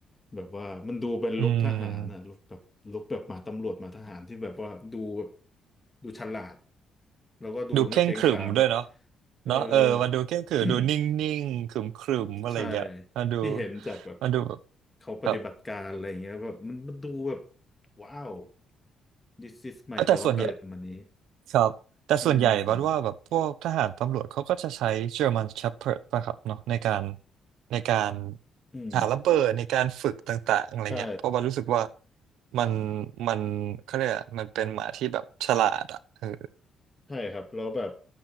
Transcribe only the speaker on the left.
แบบว่ามันดูเป็นลุคทหารอ่ะลุคแบบลุคแบบหมาตำรวจหมาทหารที่แบบว่าดูแบบ
ดูฉลาดแล้วก็ดูน่าเกรงขาม
เออ
<coughs> <clears throat> ใช่ที่เห็นจากแบบ
เขาปฏิบัติการอะไรอย่างเงี้ยแบบมันมันดูแบบ
ว้าว this is my
dog อะไรประมาณนี้
อืม
อืม
ใช่
ใช่ครับแล้วแบบ